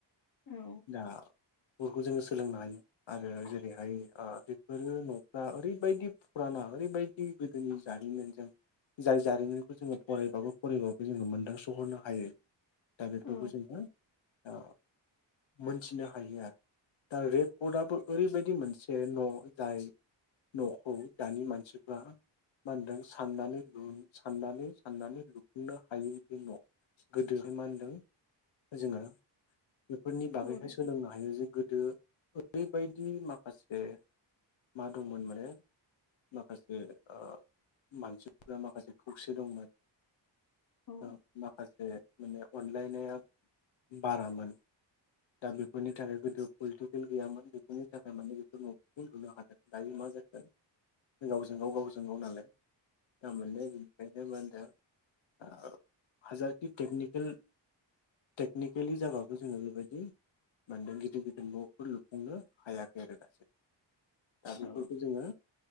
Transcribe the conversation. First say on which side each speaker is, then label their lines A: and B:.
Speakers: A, on the left; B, on the left.
A: औ
B: दा फोखौ जोङो सोलोंनो हायो आरो जेरैहाय आ बेफोरो न' आ ओरैबायदि फुराना ओरैबायदि गोदोनि जारिमिनजों जाय जारिमिनखौ जोङो फरायबाबो फरायबाबो जोङो मोनदांसोहरनो हायै दा बेफोरखौ
A: औ
B: जोङो आ मोनथिनो हायो आरो दा रेड कर्डआबो ओरैबायदि मोनसे न' जाय न'खौ दानि मानसिफ्रा मा होनदों साननानै लु साननानै साननानै लुफुंनो हायै बे न' गोदोहाय मा होनदों जोङो बेफोरनि बागैहाय
A: औ नोंथां
B: सोलोंनो हायो जे गोदो बैबायदि माखासे मा दंमोन माने माखासे आ मानसिफ्रा माखासे खौसे दंमोन।
A: औ
B: आ माखासे माने अनलायनाया बारामोन दा बेफोरनि थाखाय गोदो पलिटिकेल गैयामोन बेफोरनि थाखाय माने बेखौ न'खौनो लुनो हादों। दायो मा जाखो गावजों गाव गावजों गाव नालाय ना मोन्दों इंखायनो मा होन्दों आ हाजार खि तेकनिकेल तेकनिकेलि जाबो जोङो बेबायदि मानदों गिदिर गिदिर न'फोर लुफुंनो हायाखै आरो दासिम दा बेफोरखौ
A: औ
B: जोङो